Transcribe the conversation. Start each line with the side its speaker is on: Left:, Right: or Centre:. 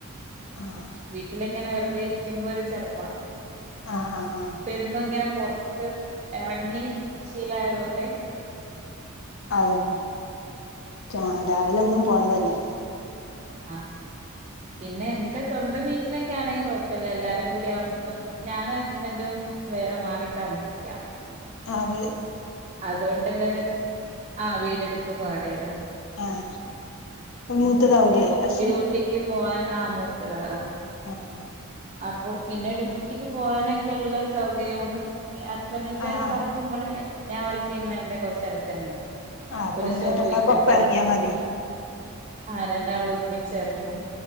Left: ആഹ്
Right: വീട്ടിലിങ്ങനെ വെറുതേരിക്കുമ്പോ ഒരു ചെറുപ്പാ
Left: ആഹ് ആഹ് ആഹ്
Right: പ്പെന്നു ഇങ്ങനെ പൊറത്ത് എറങ്ങി ശീലായതുകൊ ൺണ്ടേ
Left: അതെ രാ രാവിലെ എന്നും പോണതല്ലേ
Right: ആഹ് പിന്നെ എന്റെ സ്വന്തം വീട്ട്ലൊക്കെ ആണെയി കൊഴപ്പഇല്ല എല്ലാരൊക്കെക്കൂടിയാവുമ്പൊ ഞാനും ഹസ്ബെൻ്റും വേറെ മാറി താമസിക്കാം
Left: അവര്
Right: അതുകൊണ്ടെല്ലാരും ആഹ് വീടെടുത്ത് മാറിയതാ
Left: ആഹ് മൂത്തതാവൂലേ
Right: ഉം
Left: ഹസ്
Right: ഡ്യൂട്ടിക്ക് പോആൻന് ആ മൂത്തയൊരാളാ
Left: ആഹ്
Right: അപ്പൊ പിന്നെ ഡ്യൂട്ടിക്ക് പോകാനൊക്കെള്ള സൗകര്യം കൊണ്ട് ഹസ്ബൻഡറിന്റെ
Left: ആഹ്
Right: വർക്കും എവടെ ഞാൻ വർക്ക് ചെയ്യുന്നതിന്റെ കുറച്ച് അ ടുത്ത് തന്നെയ
Left: അപ്പൊ
Right: ഒരു
Left: പിന്നെ
Right: സ്റ്റോപ്പ്‌
Left: രണ്ടാക്കും
Right: വ്യത്യാസേ
Left: ഒപ്പം ഇറങ്ങിയാ
Right: ഉള്ളൂ
Left: മതി
Right: ഉ ആ രണ്ടാൾ ഒരുമിച്ചു ചെന്നെറ ങ്ങാൻ